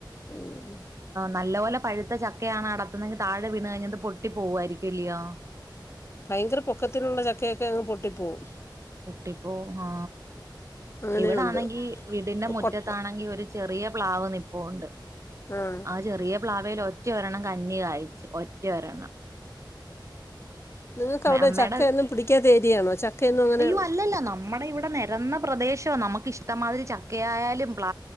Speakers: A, on the left; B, on the right.
A: ഉം
B: നല്ല പോലെ പഴുത്ത ചക്കയാണ് അടർത്തുന്നെങ്കിൽ താഴെ ടെ വീണ് കഴിഞ്ഞാൽ അത് പൊട്ടി പോവായിരിക്കുല്ലയോ
A: ഭയങ്കര പൊക്കത്തിനുള്ള ചക്കയൊക്കെ അങ്ങ് പൊട്ടിപ്പോവും
B: കുട്ടിപ്പോ ആ
A: അങ്ങനെയുണ്ട്
B: ഇവിടാണെങ്കി വീടിന്റെ മുറ്റത്താണെങ്കി
A: കൊട്ട
B: ഒരു ചെറിയ പ്ലാവ് നിപ്പുണ്ട്
A: ആഹ്
B: ആ ചെറിയ പ്ലാവേല് ഒറ്റ ഒറ്റ ഒരെണ്ണം കഞ്ഞി കായ്ച്ച് ഒറ്റ ഒരെണം.
A: നിങ്ങക്ക് അവിടെ
B: അമ്മേടെ
A: ചക്കയൊന്നും പിടിക്കാത്തെ ഏരിയാണോ? ചക്കയൊന്നും അങ്ങനെ
B: അയ്യോ അല്ലല്ല നമ്മടെ ഇവിടെ നെരന്ന പ്രദേശവാ നമുക്ക് ഇഷ്ടംമാതിരി ചക്കയായാലും പ്ല